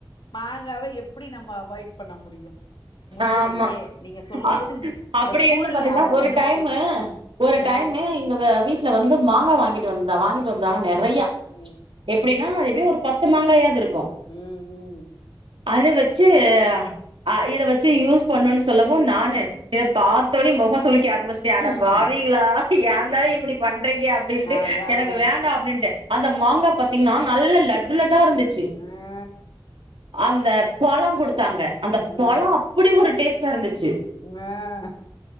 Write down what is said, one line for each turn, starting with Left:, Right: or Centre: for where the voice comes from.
Left: மாங்காவ எப்பிடி நம்ம அவாய்ட் பண்ண முடியு முடியலையே
Right: ஆமா
Left: நீங்க சொல்லும்
Right: அ
Left: போது
Right: அப்படி
Left: இந்த ஸ்கூல்
Right: இருந்து பாத்தீன்னா
Left: ஞாபகோ
Right: ஒரு
Left: வந்துருச்சு
Right: டைமு ஒரு
Left: ஆ
Right: டைமு இங்க வ வீட்டுல வந்து மாங்கா வாங்கிட்டு வந்தா வாங்கிட்டு வந்தாங்க நெறையா
Left: ம்
Right: எப்டின்னா அது எப்டியு ஒரு பத்து மாங்காயாது இருக்கு
Left: ம் ம்
Right: அத வச்சு அ இத வச் சு யூஸ் பண்ணுனு சொல்லவு நானு இத பாத்தோனே மொக சுளிக் க ஆரம்பிஸ்ட்டே அடப்
Left: ம்
Right: பாவிகளா ஏந்தா
Left: ம்
Right: இப்டி பண்றீங்க அப்டின்ட்டு
Left: அதானே
Right: எனக்கு வேண்டா அப்டின்ட்டே அந்த மாங்கா பாத்தீங்கன்னா நல்லா லட்டு லட்டா இருந்துச்சு
Left: ஆ
Right: அந்தப் பழொ குடுத்தாங்க அந்தப்
Left: ம்
Right: பழொ அப்டி ஒரு டேஸ்டா இருந்துச்சு
Left: ஆ